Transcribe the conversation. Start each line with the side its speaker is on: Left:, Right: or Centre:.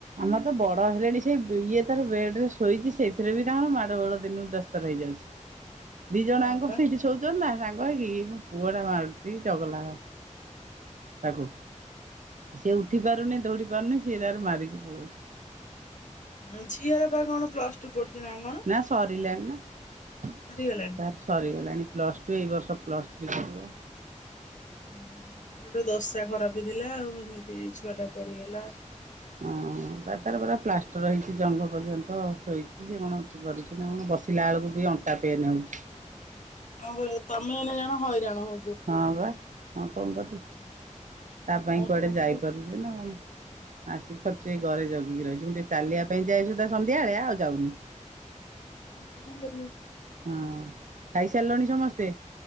Right: ଆମର ତ ବଡ ହେଲେଣି ସେ ଇଏ ତାର ବେଡ ରେ ଶୋଇଛି ସେଇଥିରେ ବି ତାଙ୍କର ମାଡ ଗୋଳ ଦିନକୁ ଦସଥର ହେଇଯାଉଛି।
Left: <inaudible>
Right: ଦି ଜଣ ଆଙ୍କ
Left: ବା।
Right: ସେଇଠି ସୋଉଛନ୍ତି ନା ସାଙ୍ଗ ହେଇକି ପୁଅ ଟା ମାରୁ ଚି ଚଗଗଲା ତାକୁ ସିଏ ଉଠି ପାରୁନି ଦଉଡ଼ି ପାରୁନି ସେ ତାର ମାରିକି ପଳ‌‌ଉଛି।
Left: ହ ଝିଅର ବା କଣ ପ୍ଲସ ଟୁ ପଡୁଛି ନା କଣ?
Right: ନା ସରିିଲାଣି ନା।
Left: ସରିଗଲାଣି?
Right: ତାର ସରିଗଲାଣି ପ୍ଲସ୍ ଟୁ ଏଇ ବର୍ଷ ପ୍ଲସ୍ ଥ୍ରୀ କରିବ।
Left: ହୁଁ ତାର ଗୋଟେ ଦସା ଖରାପ ଥିଲା ଆଉ ଏମିତି ଛୁଆ ଟା ପଡିଗଲା।
Right: ହଁ ବା ତାର ପରା ପ୍ଲାଷ୍ଟର ହେଇଛି ଜଙ୍ଘ ପର୍ଯ୍ୟନ୍ତ ସୋଇଛି ସେ କଣ ଉଠି ପାରୁଛି। କଣ ବସିଲା ବେଳକୁ ବି ଅଣ୍ଟା ପେନ୍ ହେଉଛି।
Left: କ‌ଣ କରିବ ତମେ ଏଇନା ଜାଣ ହଇରାଣ ହଉ
Right: ହଁ ବା ହଁ କଣ କରିବି ତା ପାଇଁ
Left: ଆଉ
Right: କୁଆଡେ
Left: କଣ କରିବ।
Right: ଯାଇପାରୁଛି ନା କଣ। ଆସି ପା ରୁଚୁ ଏଇ ଘରେ ଜଗିକି ରହିଛି ମୁଁ ଟିକେ ଚାଲିବା ପାଇଁ ଯାଇସୁଧା ସନ୍ଧ୍ୟାବେଳେ ଆଉ ଯାଉନି।
Left: ଆଉ କଣ କରିବେ।
Right: ହଁ ଖାଇସାରିଲଣି ସମସ୍ତେ?